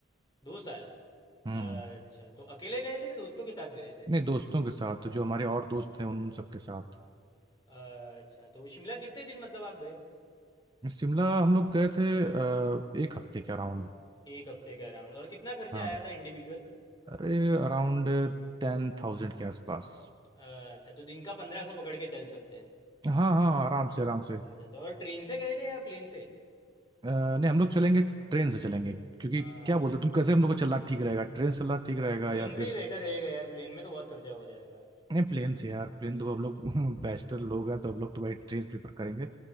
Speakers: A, on the left (about 20°); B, on the right (about 20°).
A: दो साल
B: हम्म
A: अच्छा तो अकेले गए थे कि दोस्तों के साथ गए थे
B: नहीं दोस्तों के साथ जो हमारे और दोस्त हैं उन सबके साथ
A: अच्छा तो शिमला कितने दिन मतलब आप गए
B: शिमला हम लोग गए थे अ, एक हफ्ते के अराउंड
A: एक हफ्ते के अराउंड और कितना खर्चा
B: हाँ
A: आया था इंडिविजुअल
B: अरे अराउंड टेन थाउजेंड के आसपास
A: अच्छा तो दिन का पंद्रह सौ पकड़ के चल सकते हैं
B: हाँ हाँ आराम से आराम
A: अच्छा
B: से
A: अच्छा और ट्रेन से गए थे या प्लेन से
B: अ, नहीं हम लोग चलेंगे ट्रेन से चलेंगे क्योंकि
A: हाँ
B: क्या
A: भाई
B: बोलते हो तुम कैसे हम लोग को चलना ठीक रहेगा ट्रेन से चलना ठीक
A: हाँ
B: रहेगा
A: ट्रेन
B: या फिर
A: से ही बेटर रहेगा यार प्लेन में तो बहुत खर्चा हो जाएगा
B: नहीं प्लेन से यार प्लेन तो हम लोग <laughs> बैचलर लोग हैं तो हम लोग तो भाई ट्रेन प्रेफर करेंगे